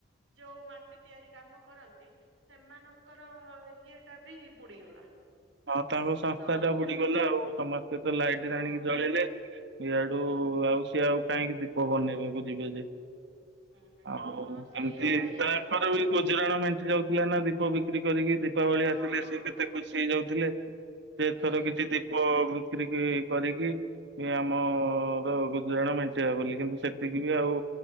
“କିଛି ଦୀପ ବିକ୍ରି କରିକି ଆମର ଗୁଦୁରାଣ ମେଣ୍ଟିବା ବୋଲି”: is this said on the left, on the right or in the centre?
Right